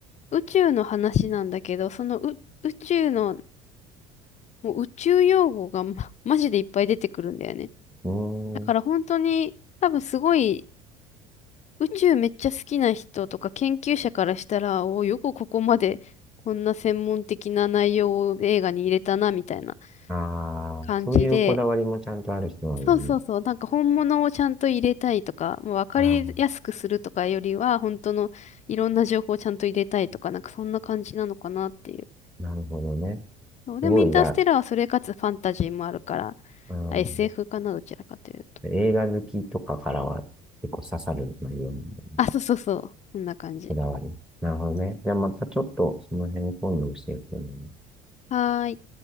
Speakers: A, on the left; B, in the centre.
A: 宇宙の話なんだけど、そのう宇宙の、もう宇宙用語がま、<laughs> マジでいっぱい出てくるんだよね。
B: うーん、
A: だから本当に多分すごい宇宙めっちゃ好きな人とか研究者からしたら、およくここまでこんな専門的な内容を映画に入れたなみたいな
B: あ
A: 感じで、
B: あ、そういうこだわりもちゃんとある人なんだね。
A: そうそうそう。なんか本物をちゃんと入れたいとか、もう分かりやすくするとかよりは、
B: ああ、
A: 本当のいろんな情報をちゃんと入れたいとか、なんかそんな感じなのかなっていう。
B: なるほどね。
A: そう、
B: すごい、
A: でもインターステラーはそれかつファンタジーもあるから、
B: じゃあ、うん、
A: あ SF かな、どちらかというと。
B: 映画好きとかからは結構刺さる内容なんだね。
A: あ、そうそうそう。こんな感じ。
B: こだわり。なるほどね。じゃあまたちょっとその辺今度教えてね。
A: はーい。